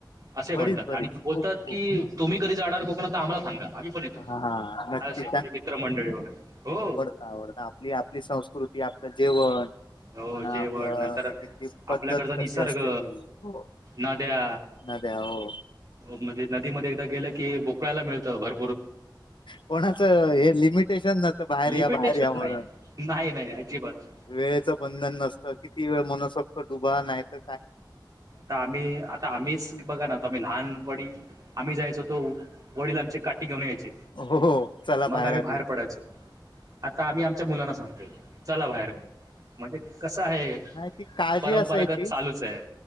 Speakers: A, on the right (about 50°); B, on the left (about 80°).
A: असे म्हणतात.
B: बरीच बरीच
A: आणि बोलतात
B: खूप खूप
A: की तुम्ही कधी जाणार कोकणात तर आम्हाला सांगा. आम्ही पण येतो.
B: हा हा नक्की
A: असे म्हणजे मित्र मंडळी वगैरे. हो.
B: आवडन. आपली आपली संस्कृती आपलं जेवण.
A: हो
B: पण
A: जेवण
B: आपलं
A: नंतर
B: इथली पद्धत
A: आपल्याकडचा निसर्ग
B: तशी असते ती. हो.
A: नद्या
B: नद्या हो.
A: म्हणजे नदीमध्ये एकदा गेलं की, बोकळायला मिळतं. भर
B: कोणाचं हे लिमिटेशन नसतं. बाहेर
A: लिमिटेशच
B: या, बाहेर या म्हणून.
A: नाही. नाही नाही अजिबात.
B: वेळेचं बंधन नसतं. किती वेळ मनसोक्त डुबा, नाही त
A: त आम्ही आता आम्हीच बघा ना, आम्ही लहान पणी आम्ही जायचो तो वडील आमची काठी घेऊन यायचे.
B: हो चला
A: मग आम्ही
B: आधी
A: बाहेर पडायचो. आता आम्ही आमच्या मुलांना सांगतोय. चला बाहेर. म्हणजे कसं हाये.
B: नाही ती काळजी
A: रंपरागत
B: असायची
A: चालूच आहे.